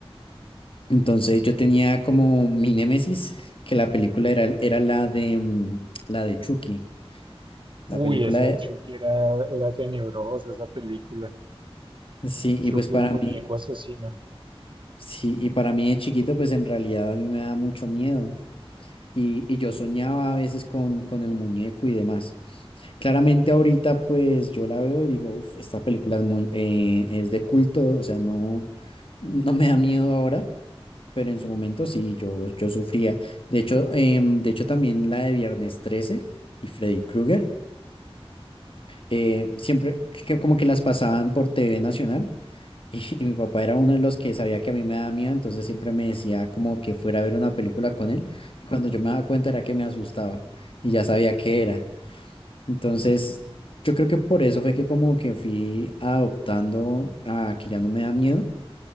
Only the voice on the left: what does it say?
Entonces yo tenía como mi némesis, que la película era, era la de, mm, la de Chucky, la
película
de...
Sí, y
pues para
mí
Sí, y para mí de chiquito, pues en realidad a mí me da mucho miedo. Y, y yo soñaba a veces con, con el muñeco y demás. Claramente ahorita, pues yo la veo y digo, "Uf, esta película es muy, eh, es de culto, o sea, no, no me da miedo ahora, pero en su momento sí, yo, yo sufría. De hecho, em, de hecho también la de Viernes Trece y Freddy Krueger, eh, siempre que como que las pasaban por TV Nacional. Y, y mi papá era uno de los que sabía que a mí me daba miedo, entonces siempre me decía como que fuera a ver una película con él. Y cuando yo me daba cuenta era que me asustaba y ya sabía qué era. Entonces, yo creo que por eso fue que como que fui adoptando a que ya no me da miedo.